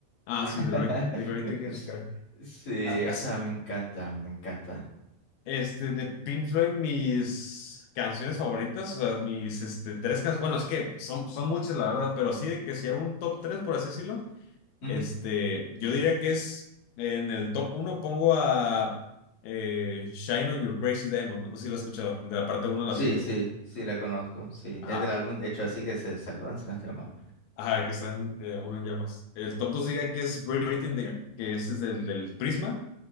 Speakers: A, on the left (about 90°); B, on the left (about 45°).
A: Ah,
B: <laughs>
A: sí, The, Great- The Great Thing in
B: S-
A: the Sky.
B: Sí,
A: as-
B: o sea, me encanta, me encanta.
A: Este, de Pink Floyd, mis canciones favoritas, o sea, mis este, tres canciones, bueno, es que son, son muchas, la verdad, pero sí, de que si hago un top tres por así decirlo,
B: Ujú.
A: este, yo diría que es, eh, en el top uno pongo a eh, Shine on Your Crazy Diamond, no sé si lo has escuchado, de la parte uno a la
B: Sí,
A: cinco
B: sí, sí, la conozco, sí.
A: ajá,
B: Es del álbum, de hecho, así que se saludan si no estoy mal.
A: ajá, que están eh, uno en llamas. El top 2 diría que es Breathing, the que ese es del, del Prisma.